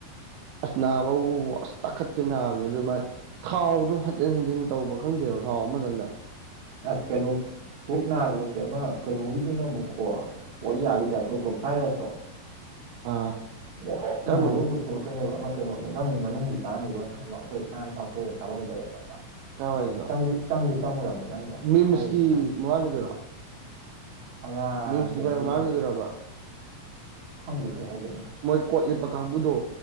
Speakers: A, on the right; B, on the right.
A: ꯑꯁ ꯅꯥꯕꯕꯨ ꯑꯁ ꯇꯥꯈꯠꯀꯩ ꯅꯥꯕꯁꯤꯗꯤ ꯑꯗꯨ ꯃꯥꯥꯏ ꯊꯥꯎꯗꯣ ꯍꯟꯖꯤꯟ ꯍꯟꯖꯤꯟ ꯇꯧꯕ꯭ꯔ ꯈꯪꯗꯦꯕ ꯊꯥꯎ ꯑꯃꯇꯪꯗ
B: ꯑꯁ ꯀꯩꯅꯣ <unintelligible> ꯑꯃ ꯀꯩꯅꯣꯒꯤꯗꯨꯅ ꯑꯃꯨꯛꯀꯣ ꯀꯣꯔꯤꯌꯥꯒꯤ ꯇꯥꯏꯞ ꯇꯧ ꯇꯧ ꯐ꯭ꯔꯥꯏ ꯔꯥꯏꯁꯇꯣ
A: ꯑ
B: ꯉꯧꯔꯣꯛ
A: ꯀꯔꯝꯕꯅꯣ
B: ꯉꯧꯔ ꯄꯨꯊꯣꯔꯛ ꯀꯅꯦꯕ ꯑꯃ ꯀꯩꯅꯣꯗꯣ ꯅꯪ ꯃꯅꯨꯡꯒꯤ ꯆꯥꯔꯝꯈꯤꯔꯣꯏ ꯑꯃ ꯑꯩꯈꯣꯏ ꯁꯅꯥꯃꯆꯥ ꯑꯩꯈꯣꯏ ꯍꯦꯛ ꯆꯥꯐꯝ ꯂꯩꯌꯦꯕ ꯑꯃ
A: ꯀꯥꯏꯋꯥꯏꯗꯅꯣ
B: ꯆꯪꯗ ꯆꯪꯗ ꯆꯪꯉꯨꯔꯕꯅꯦ ꯅꯪꯒ
A: ꯃꯤꯝꯁꯀꯤ
B: ꯐ꯭ꯔꯥꯏ ꯔꯥꯏꯁꯇꯤ ꯆꯥꯅꯤ
A: ꯃꯃꯥꯡꯒꯤꯗꯨꯔꯣ
B: ꯑꯃ
A: ꯃꯤꯝꯁꯀꯤ
B: ꯀꯩꯅꯣꯒꯤꯗꯣ
A: ꯃꯃꯥꯡꯒꯤꯗꯨꯔꯕ
B: ꯈꯪꯗꯦ ꯀꯩ ꯍꯥꯏꯗꯣꯏꯅꯣ
A: ꯃꯣꯏ ꯀꯣꯠꯂꯤꯠꯄ ꯀꯥꯡꯕꯨꯗꯣ